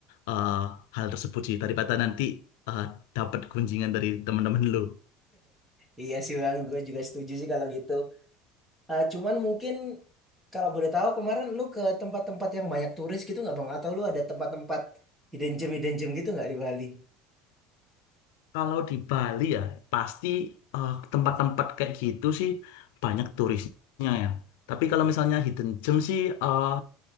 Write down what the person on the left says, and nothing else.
eh, hal tersebut sih daripada nanti eh, dapat gunjingan dari teman-teman lu.
Kalau di Bali ya pasti eh, tempat-tempat kayak gitu sih banyak turisnya ya. Tapi kalau misalnya hidden gem sih eh,